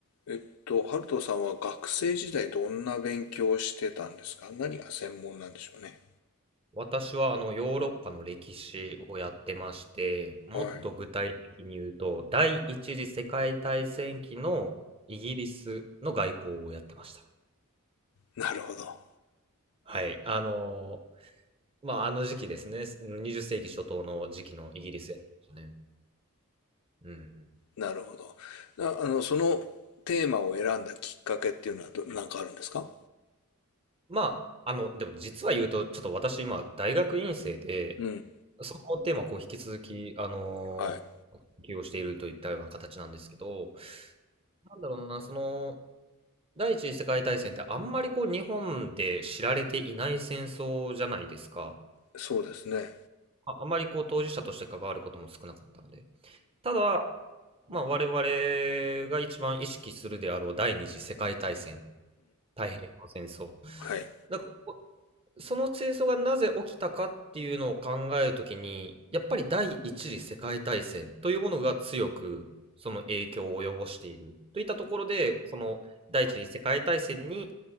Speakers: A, on the left; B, on the right.
A: えっと、ハルトさんは学生時代どんな勉強をしてたんですか何が専門なんでしょうね。
B: 私はあのヨーロッパの歴史をやってまして、もっと具体的に言うと、
A: はい。
B: 第一次世界大戦期のイギリスの外交をやってました。
A: なるほど。
B: はい。あのーまあ、あの時期ですね。20世紀初頭の時期のイギリスやってましたね。うん。
A: なるほど。な、あの、そのテーマを選んだきっかけっていうのはど、なんかあるんですか
B: まあ、あの、でも実は言うと、ちょっと私今、大学院生で、
A: うん。
B: そのテーマをこう引き続き、あのー、
A: はい。
B: 研究をしているといったような形なんですけど、なんだろうな、その、第一次世界大戦ってあんまりこう日本で知られていない戦争じゃないですか。
A: そうですね。
B: あ、あまりこう当事者として関わることも少なかったので。ただ、まあ我々が一番意識するであろう第二次世界大戦、太平洋戦争。
A: はい。
B: だからその戦争がなぜ起きたかっていうのを考えるときに、やっぱり第一次世界大戦というものが強くその影響を及ぼしているといったところで、その第一次世界大戦に